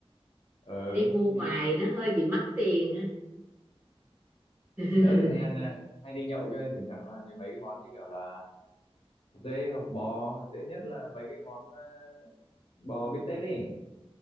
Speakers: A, on the left; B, on the right.
A: ờ
B: đi mua
A: thì
B: ngoài nó hơi bị mắc tiền á <laughs>
A: tớ thì hay ăn à, hay đi nhậu cho nên thỉnh thoảng làm như mấy cái món như kiểu là dê hoặc bò dễ nhất là mấy cái món à, bò bít tết ấy